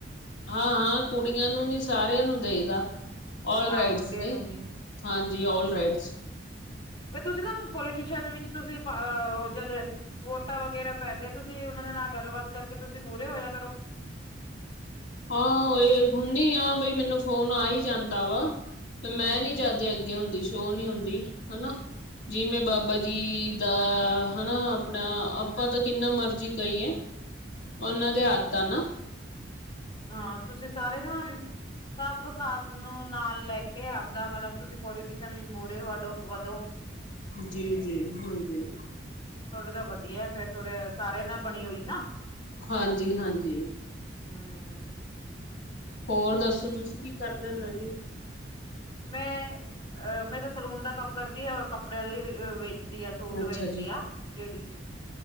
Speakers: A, on the left (about 85°); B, on the left (about 30°).
A: ਹਾਂ ਹਾਂ ਕੁੜੀਆਂ ਨੂੰ ਨੀ ਸਾਰਿਆਂ ਨੂੰ ਦੇਈਦਾ ਆਲ
B: ਹਾਂ
A: ਰਾਈਡਜ਼
B: ਮੁੰਡਿਆਂ
A: ਨੇ
B: ਨੂੰ ਵੀ
A: ਹਾਂਜੀ ਆਲ ਰਾਈਡਜ਼
B: ਫੇਰ ਤੁਸੀਂ ਨਾ ਪੋਲੀਟੀਸ਼ਨ ਵਿੱਚ ਤੁਸੀਂ ਉਹ ਜਦ ਵੋਟਾਂ ਵਗੈਰਾ ਪੈਂਦੇ ਆ ਤੁਸੀਂ ਉਹਨਾਂ ਦੇ ਨਾਲ ਗੱਲਬਾਤ ਕਰਕੇ ਤੁਸੀਂ ਮੂਹਰੇ ਹੋਇਆ ਕਰੋ।
A: ਹਾਂ, ਓਏ ਹੁੰਦੀ ਆ ਬਈ ਮੈਨੂੰ ਫੋਨ ਆ ਹੀ ਜਾਂਦਾ ਵਾ। ਮੈਂ
B: ਹੂੰ,
A: ਨੀ ਜਾਂਦੇ ਅੱਗੇ ਹੁੰਦੀ ਸ਼ੋਅ ਨੀ ਹੁੰਦੀ। ਹਨਾ। ਜਿਵੇਂ ਬਾਬਾ
B: ਹੂੰ
A: ਜੀ ਦਾ ਹਨਾ। ਆਪਣਾ ਆਪਾਂ ਤਾਂ ਕਿੰਨਾ ਮਰਜੀ ਕਹੀਏ। ਉਹਨਾਂ ਦੇ ਹੱਥ ਆ ਨਾ।
B: ਹਾਂ, ਤੁਸੀਂ ਸਾਰੇ ਜਾ ਸਭ ਕਾਸਟ ਨੂੰ ਨਾਲ ਲੈ ਕੇ ਆਪਦਾ ਮਤਲਬ ਤੁਸੀਂ ਪੋਲੀਟੀਸ਼ਨ ਮੂਹਰੇ ਵਡੋ ਵਧੋ।
A: ਜੀ ਜੀ ਹਾਂਜੀ।
B: ਥਹਾਡੇ ਤਾਂ ਵਧੀਆ ਫੇਰ ਤੁਰ ਸਾਰੇ ਨਾਲ ਬਣੀ ਹੋਈ ਨਾ।
A: ਹਾਂਜੀ ਹਾਂਜੀ
B: ਹਮ।
A: ਹੋਰ ਦੱਸੋ ਤੁਸੀਂ ਕੀ ਕਰਦੇ ਹੁਣੇ ਓ ਜੀ?
B: ਮੈਂ ਅ ਮੈਂ ਤਾਂ ਸਲੂਨ ਦਾ ਕੰਮ ਕਰਦੀ ਆ ਔਰ ਕੱਪੜਿਆਂ ਦੇ ਵੇ। ਵੇਚਦੀ ਆ ਸੂਟ
A: ਅੱਛਾ
B: ਵੇਚਦੀ
A: ਜੀ
B: ਆ। ਲੇਡੀਜ਼